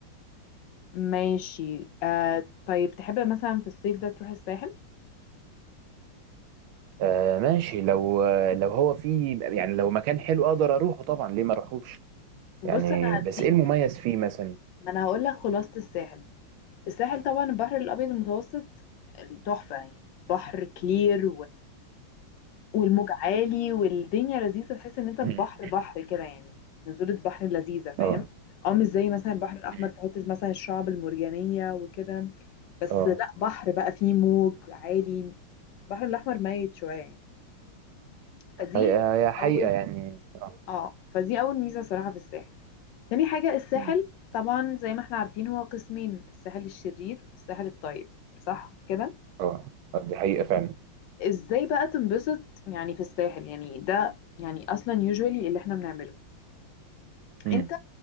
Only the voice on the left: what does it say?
ماشي آه، طيب تحب مثلا في الصيف ده تروح الساحل
بص
انا هديك
ما انا هقول لك خلاصة الساحل الساحل طبعا البحر الابيض المتوسط تحفة يعني بحر كلير والموج عالي والدنيا لذيذة تحس ان انت في
بحر بحر كده يعني نزولة بحر لذيذة فاهم
اه مش زي مثلا البحر الأحمر
في حتة مثلا الشعب المرجانية وكده بس
لا بحر بقى فيه موج عالي البحر الأحمر ميت شوية يعني فدي
أول
اه فدي أول ميزة صراحة في الساحل تاني حاجة الساحل
طبعا زي ما احنا عارفين هو قسمين الساحل الشرير والساحل الطيب صح كده
ازاي بقى تنبسط يعني في الساحل يعني ده يعني اصلا يوجوالي اللي احنا بنعمله
أنت